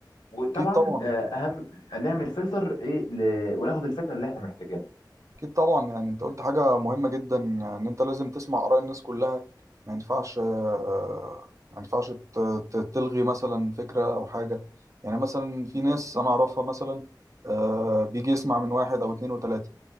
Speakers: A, on the left; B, on the right.
A: وطبعا
B: أكيد طبعا
A: آه، اهم نعمل فلتر ايه ل... وناخد الفكره اللي احنا محتاجينها
B: اكيد طبعا يعني انت قلت حاجه مهمه جدا ان انت لازم تسمع اراء الناس كلها ما ينفعش آه، ما ينفعش ت- ت- تلغي مثلا فكره او حاجه يعني مثلا في ناس انا اعرفها مثلا آه، بيجي يسمع من واحد او اتنين وتلاته